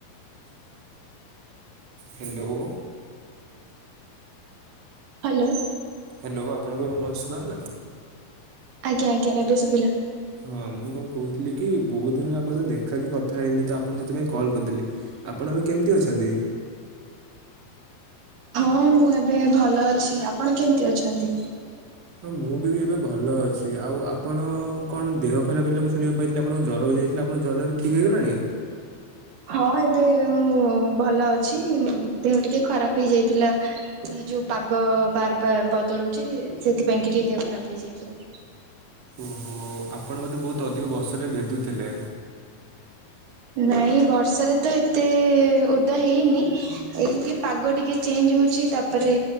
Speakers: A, on the right; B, on the right.
A: ହାଲୋ।
B: ହାଲୋ।
A: ହାଲୋ ଆପଣଙ୍କୁ, ଏବେ ମୋ ଭଏସ ଶୁଭା ହେଲା
B: ଆଜ୍ଞା ଆଜ୍ଞା ଏବେ ସୁୁଭିଲା।
A: ହଁ ମୁଁ କଣ କହୁଥିଲି କି -ବହୁତ ଦିନରେ ଆପଣ ସ ଦେଖାକି କଥା ହେଇନି ତ ଆଣ ସେଥିପାଇଁ କଲ୍ କରିଦେଲି, ଆପଣ ଏବେ କେମିତି ଅଛନ୍ତି?
B: ହଁ ମୁଁ ଏବେ ଭଲ ଅଛି, ଆପଣ କେମିତି ଅଛନ୍ତି?
A: ହଁ ମୁଁ ବି ଏବେ ଭଲ ଅଛି ଆଉ ଆପଣ କଣ ଦେହ ଖରାପ ହେଲେ ମୁ ଶୁଣିବାକୁ ପାଇଥିଲି? ଆପଣ ଜ୍ୱର ହୋଇଯାଇଥିଲା ଆପଙ୍କ ଜର ଠିକ ହେଇଗଲାଣି?
B: ହଁ ଏବେ ମୁଁ ଭଲ ଅଛି ଦେହ ଟିକେ ଖରାପ ହେଇଯାଇଥିଲା। ଯୋଉ ପାଗ ବାର ବାର ବଦଳୁଛି ସେଥିପାଇଁ କି ଟିକେ ଦେହ ଖରାପ ହେଇଯାଇଥିଲା।
A: ଓହୋ ଆପଣ ମୋତେ ବହୁତ ଅଧିକ ବର୍ଷାରେ ଭିଦୁଥିଲେ?
B: ନାଇଁ ବର୍ଷାରେ ତ ଏତେ ଓଦା ହେଇନି ଏ କିି ପାଗ ଟିକେ ଚେଞ୍ଜ ହଉଛି ତାପରେ